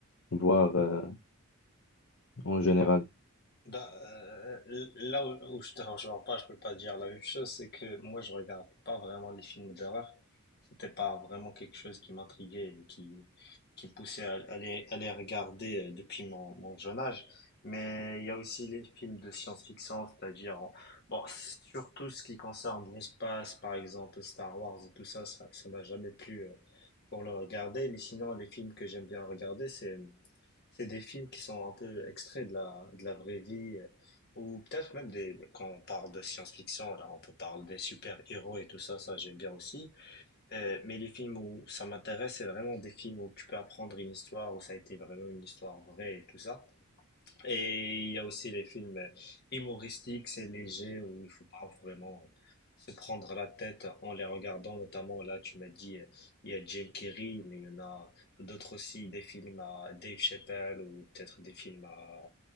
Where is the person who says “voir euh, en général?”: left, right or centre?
Left